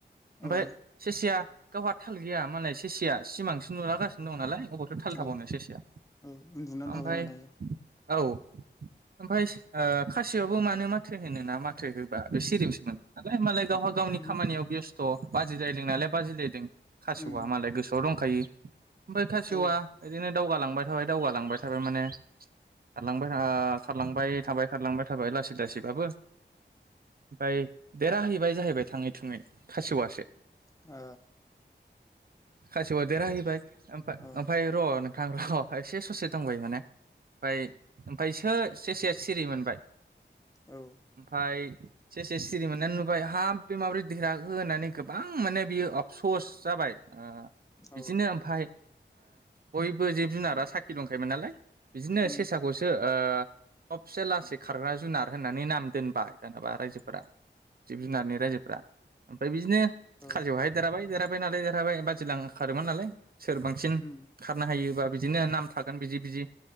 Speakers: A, on the right; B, on the left.
A: ओमफ्राय
B: औ
A: सेसाया गावहा थाल गैया मालाय सेसाया सिमां नुलागासिनो दं नालाय अबावथो थाल थाबावनो
B: औ
A: सेसाया
B: औ उन्दुनानै
A: ओमफ्राय
B: थाबाय माने
A: औ ओमफ्राय खासेवयाबो मानो माथो होनो ना माथो हो बे सिरिसो मोनदों नालाय हालाय गावहा गावनि
B: उम
A: खामानियाव बेस्थ' बाजिलायदों नालाय बाजिलायदों खासे'वा
B: उम
A: मालाय गोसोआव दंखायो ओमफ्राय खासेवआ
B: औ
A: इदिनो दावगालांबाय थाबाय दावगालांबाय थाबाय माने खारलांबाय खारलांबाय थाबाय खारलांबाय थाबाय लासै लासैबाबो ओमफ्राय देराहैबाय जाहैबाय थाङै थुङै खासेवासो
B: अ
A: खासेवा देरहाहैबाय
B: औ
A: ओमफ्राय र' नोंथां र' एसे ससे दं बुंबाय माने ओमफ्राय ओमफ्राय सो सेसाया सिरि मोनबाय
B: औ
A: ओमफ्राय सेसाया सिरि मोननानै नुबाय हाब बे माबोरै देरहाखो होननानै गोबां माने बियो अपसस जाबाय बिदिनो
B: औ
A: ओमफ्राय बयबो जिब जुनारा साखि दंखायोमोन नालाय बिदिनो
B: उम
A: सेसाखौसो सबसे लासै खारग्रा जुनार होननानै नाम दोनबाय दानाबा रायजोफोरा जिब जुनारनि रायजोफ्रा ओमफ्राय बिदिनो
B: ओ औ
A: खाजिरायावहाय देरहाबाय देरहाबाय नालाय देरहाबाय बाजिलां खारोमोन नालाय सोर बांसिन
B: उम
A: खारनो हायोबा बिदिनो नाम थागोन बिदि बिदि